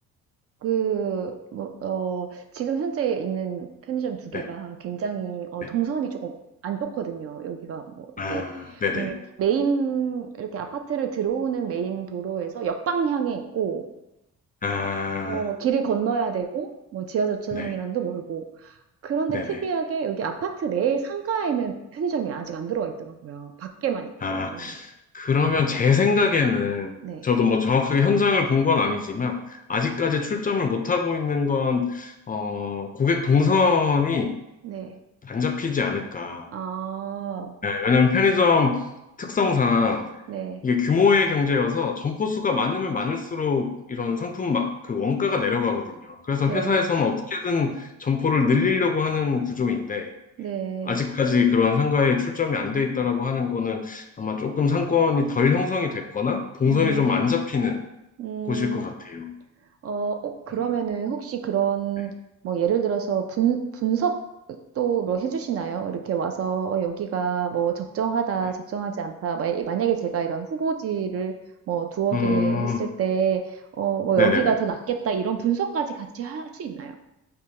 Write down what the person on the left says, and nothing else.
네,
네.
아, 네네.
아,
네,
네네.
아, 그러면 제 생각에는
저도 뭐 정확하게 현장을 본 건 아니지만 아직까지 출점을 못 하고 있는 건 어, 고객 동선이
안 잡히지 않을까.
네, 왜냐하면 편의점 특성상
이게 규모의 경제여서 점포 수가 많으면 많을수록 이런 상품 마- 그 원가가 내려가거든요. 그래서
회사에서는 어떻게든 점포를 늘리려고 하는 구조인데
아직까지 그런 상가에 출점이 안 돼 있다라고 하는 거는 아마 조금 상권이 덜 형성이 됐거나 동선이
좀 안 잡히는
곳일 것 같아요.
음,
네,
네.
음,
네네네.